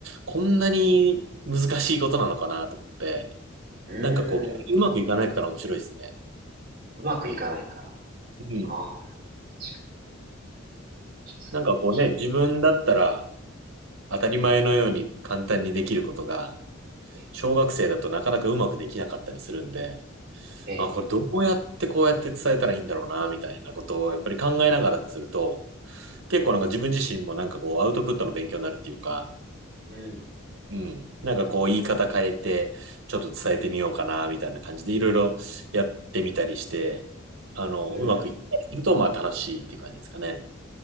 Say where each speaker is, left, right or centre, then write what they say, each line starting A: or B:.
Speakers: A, on the right (about 80°); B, on the right (about 45°).
A: こんなに難しいことなのかなと思って、
B: うん。うーん。
A: なんかこう、逆にうまくいかないから面白いですね。
B: うまくいかないから。
A: うん。
B: ああ、まあ、確かに。シャツかもしれ
A: なんかこうね、自分だったら当たり前のように簡単にできることが、
B: ない
A: 小学生だとなかなかうまくできなかったりするんで、
B: ええ、
A: あ、これどうやってこうやって伝えたらいいんだろうな、みたいなことをやっぱり考えながらすると、結構なんか自分自身もなんかこうアウトプットの勉強になるっていうか、
B: ええ、
A: うん。なんかこう言い方変えて、ちょっと伝えてみようかな、みたいな感じでいろいろやってみたりして、あの、
B: うん、
A: うまくいったりすると、
B: うん。
A: まあ楽しいっていう感じですかね。